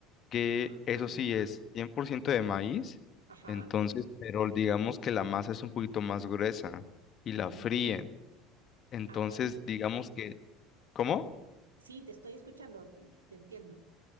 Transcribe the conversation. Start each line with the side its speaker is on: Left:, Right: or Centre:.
Left: que
Right: ah,
Left: eso sí es 100% de maíz,
Right: ajá,
Left: entonces, pero digamos que la masa es un poquito más gruesa y la
Right: mm,
Left: fríen. Entonces,
Right: ah.
Left: digamos que, ¿cómo?
Right: Sí, te estoy escuchando, mm, te entiendo.